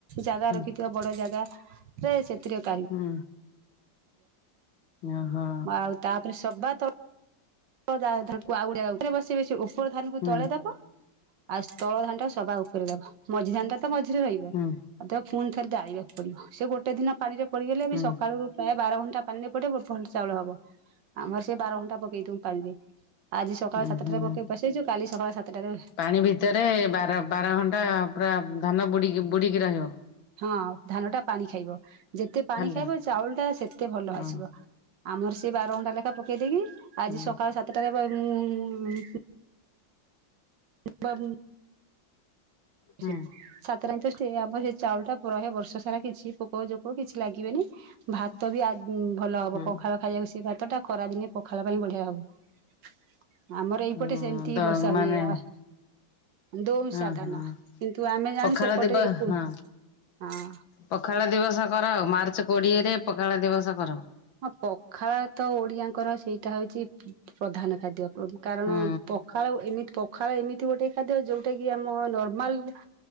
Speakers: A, on the right (about 65°); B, on the left (about 75°).
A: ଜାଗା
B: ହୁଁ
A: ରଖିଥିବା ବଡ ଜାଗା ରେ ସେଥିରେ କାଢ଼ିବୁ
B: ହୁଁ ଓହୋ
A: ଆଉ ତାପରେ ସଭା ତଳ ଉପାନ ଆଉ ଗ ଉପରେ ବସିବେ ସେ ଉପର ଧାନକୁ
B: ହୁଁ
A: ତଳେେଇ ଦବ <unintelligible> ଆଉ ତଳ ଧାନଟା ସବା ଉପରେ ଦବ ମଝି ଧାନ ଟା ତ ମଝିରେ ରହିବ
B: ହୁଁ
A: ଆଉ ଦେ ଫୁଣି ଥରେ ଡାଳିବାକୁ ପଡିବ ସେ ଗୋଟେ ଦିନ ପାଣିରେ ପଡିଗଲେ
B: ହୁଁ
A: ବି ସକାଳୁକୁ ପ୍ରାୟେ ବାର ଘଣ୍ଟା ପାଣିରେ ପଡେ ଭଲ ଚାଉଳ ହବ ଆମର ସେ ବାର ଘଣ୍ଟା ପକେଇ ଦଉ ପାଣିରେ ଆଜି ସକାଳ
B: ହୁଁ
A: ସାତଟାରେ
B: ହୁଁ।
A: ପକେଇ ବସେଇଛୁ କାଲି ସକାଳ ସାତଟାରେ ବସିବ
B: ପାଣି ଭିତରେ ବାର ବାର ଘଣ୍ଟା ପୁରା ଧାନ ବୁଡିକି ବୁଡିକି ରହିବ।
A: ହଁ ଧାନଟା ପାଣି ଖାଇବ ଯେତେ ପାଣି
B: ହ୍ୟାଲୋ
A: ଖାଇବ ଚାଉଳ ଟା ସେତେ ଭଲ
B: ହଁ
A: ଆସିବ। ଆମର ସେ ବାର ଘଣ୍ଟା ଲେଖା ପକେଇଦେଇକି
B: ହୁଁ
A: ଆଜି ସକାଳ ସାତଟାରେ ପ ଉଁ ଉଁ <inaudible>
B: ହୁଁ
A: ସେ ସାତରାତି ଠିକ୍ ଆମର ସେ ଚାଉଳ ଟା ପ ରହେ ବର୍ଷ ସାରା କିଛି ପୋକ ଜୋକ କିଛି ଲାଗିବେନି। ଭାତ ବି ଆଜି ଉ ଭଲ ହବ
B: ହୁଁ
A: ପଖାଳ ଖାଇବାକୁ ସେ ଭାତ ଟା ଖରା ଦିନେ ପଖାଳ ପାଇଁ ବଢିଆ ହବ। ଆମର ଏଇପଟେ
B: ହଁ
A: ସେମିତି
B: ତ
A: ବର୍ଷା
B: ମାନେ
A: ହୁଏ ଆଉ ଦୋମ୍
B: ହଁ
A: ସାଦାନ
B: ହଁ
A: କିନ୍ତୁ ଆମେ ଜାଣୁ
B: ପଖାଳ
A: ସେପଟେ
B: ଦିବ
A: ଏକମ୍
B: ହଁ
A: ହଁ
B: ପଖାଳ ଦିବସ କର ମାର୍ଚ୍ଚ କୋଡିଏ ରେ ପଖାଳ ଦିବସ କର।
A: ହଁ ପଖାଳ ତ ଓଡିଆଙ୍କର ସେଇଟା ହଉଛି ପ ପ୍ରଧାନ ଖାଦ୍ୟ। କାରଣ
B: ହୁଁ
A: ପଖାଳ ଏମିତି ପଖାଳ ଏମିତି ଗୋଟେ ଖାଦ୍ୟ ଯୋଉଟା କିି ଆମ ନର୍ମାଲ